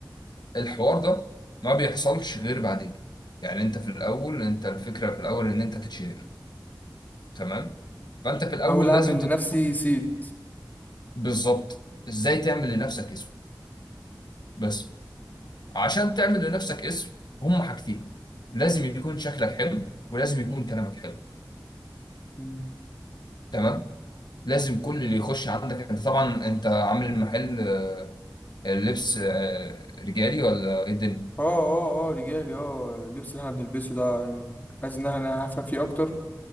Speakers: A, on the left; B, on the left.
A: الحوار ده ما بيحصلش غير بعدين يعني انت في الاول انت الفكرة في الاول ان انت تتشهر تمام فانت في الاول
B: حاول اعمل
A: لازم
B: لنفسي
A: تدور
B: صيت
A: بالظبط ازاي تعمل لنفسك اسم بس عشان تعمل لنفسك اسم هما حاجتين لازم يكون شكلك حلو ولازم يكون كلامك حلو
B: مم.
A: تمام لازم كل اللي يخش عندك انت طبعا انت عامل المحل آه، اللبس آه، رجالي ولا ايه الدنيا
B: اه اه اه رجالي اه اللبس اللي احنا بنلبسه ده يعني حاسس ان انا هفهم فيه اكتر